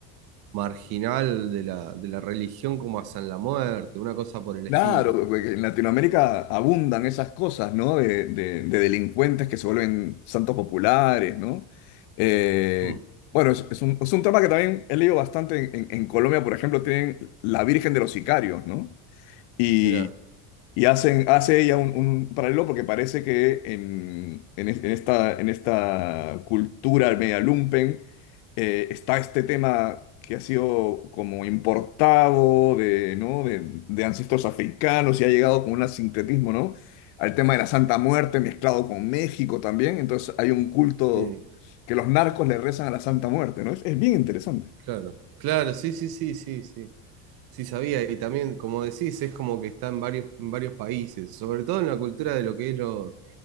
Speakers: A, on the right; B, on the left.
A: marginal de la, de la religión, como hasta en la muerte, una cosa por el
B: Claro,
A: estilo.
B: porque en Latinoamérica abundan esas cosas, ¿no? De, de- de delincuentes que se vuelven santos populares, ¿no? Eh,
A: Mm,
B: bueno, es, es un, es un tema que también he leído bastante en, en- en Colombia, por ejemplo, tienen la Virgen de los Sicarios, ¿no? Y,
A: mirá,
B: y hacen, hace ella un, un paralelo porque parece que en, en es- en esta, en esta cultura media lumpen eh, está este tema que ha sido como importado de, ¿no? de, de ancestros africanos y ha llegado con un sincretismo, ¿no? al tema de la Santa Muerte mezclado con México también. Entonces hay un culto
A: sí,
B: que los narcos le rezan a la Santa Muerte, ¿no? Es, es bien interesante.
A: claro. Claro, sí, sí, sí, sí, sí. Sí, sabía, y también, como decís, es como que está en varios, en varios países, sobre todo en la cultura de lo que es los